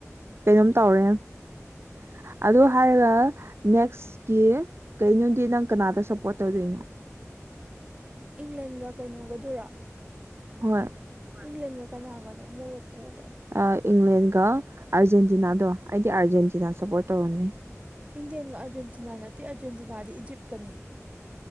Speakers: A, on the right; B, on the right.
A: ꯀꯩꯅꯣꯝ ꯇꯧꯔꯦ <unintelligible> ꯑꯗꯨ
B: ꯑꯩ
A: ꯍꯥꯏꯔꯒ ꯅꯦꯛꯁꯀꯤ ꯀꯩꯅꯣꯗꯤ ꯅꯪ ꯀꯅꯥꯗ ꯁꯞꯄꯣꯔꯠ ꯇꯧꯗꯣꯏꯅꯣ
B: ꯏꯪꯂꯦꯟꯒ ꯀꯩꯅꯣꯒꯗꯨꯔꯣ
A: ꯍꯣꯏ
B: ꯏꯪꯂꯦꯟꯒ ꯀꯅꯥꯒꯅꯣ ꯃꯣꯔꯣꯛꯀꯣꯒꯔꯣ
A: ꯑ ꯏꯪꯂꯦꯟꯒ ꯑꯥꯔꯖꯦꯟꯇꯤꯅꯥꯗꯣ ꯑꯩꯗꯤ ꯑꯥꯔꯖꯦꯟꯇꯤꯅꯥ ꯁꯞꯄꯣꯔꯠ ꯇꯧꯔꯅꯤ
B: ꯏꯟꯂꯦꯟꯒ ꯑꯔꯖꯦꯟꯇꯤꯅꯥ ꯅꯠꯇꯦ ꯑꯥꯔꯖꯦꯟꯇꯤꯅꯥꯗꯤ ꯏꯖꯤꯞꯀꯅꯤ